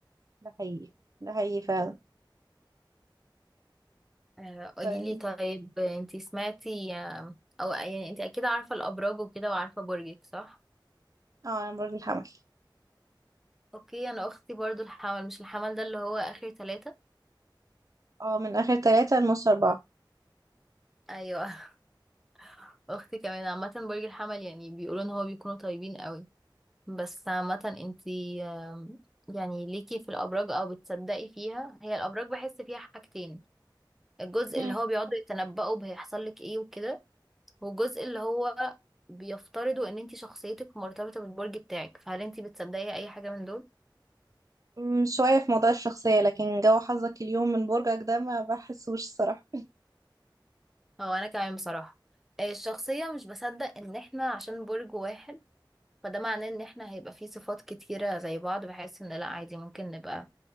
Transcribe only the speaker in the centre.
آه، قولي
لي طيب انتي سمعتي آم، او يعني انتي اكيد عارفه الابراج وكده وعارفه برجك صح
اوكي انا اختي برضو الحمل مش الحمل ده اللي هو اخر ثلاثة
ايوه <laughs> اختي كمان عامه برج الحمل يعني بيقولوا ان هو بيكونوا طيبين قوي بس عامه انتي آم، يعني ليكي في الابراج او بتصدقي فيها هي الابراج بحس فيها حاجتين الجزء
اللي هو بيقعدوا يتنبؤوا بهيحصل لك ايه وكده والجزء اللي هو بيفترضوا ان انتي شخصيتك مرتبطه بالبرج بتاعك فهل انتي بتصدقي اي حاجه من دول
هو انا كمان بصراحه آه، الشخصيه مش بصدق ان احنا عشان برج واحد فده معناه ان احنا هيبقى فيه صفات كتيرة زي بعض بحيث ان لا عادي ممكن نبقى